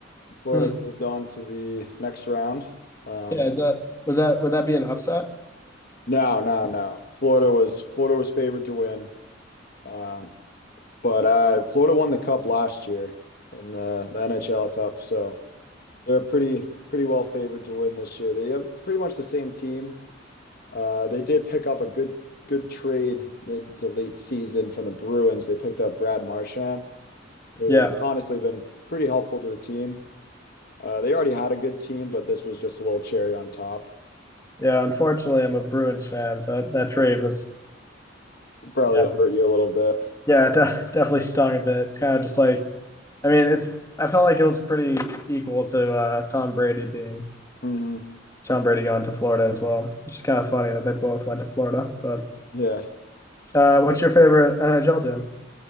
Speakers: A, on the left; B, on the left.
A: Florida's
B: Hmm.
A: moved on to the next round. Um
B: Yeah, is that was that would that be an upset?
A: no, no, no. Florida was Florida was favored to win. Um but uh Florida won the cup last year in the the NHL Cup, so They're pretty pretty well favored to win this year. They have it's pretty much the same team. Uh, they did pick up a good good trade mid to late season from the Bruins. They picked up Brad Marchand, who
B: Yeah,
A: honestly been pretty helpful to the team. Uh, they already had a good team, but this was just a little cherry on top.
B: yeah. Unfortunately, I'm a Bruins fan, so that, that trade was
A: Probably
B: yeah,
A: hurt you a little bit.
B: yeah, it de- definitely stung a bit. It's kind of just like I mean, it's I felt like it was pretty equal to uh, Tom Brady being
A: mm hmm
B: Tom Brady going to Florida as well, which is kind of funny that they both went to Florida. But
A: Yeah,
B: uh, what's your favorite NHL team?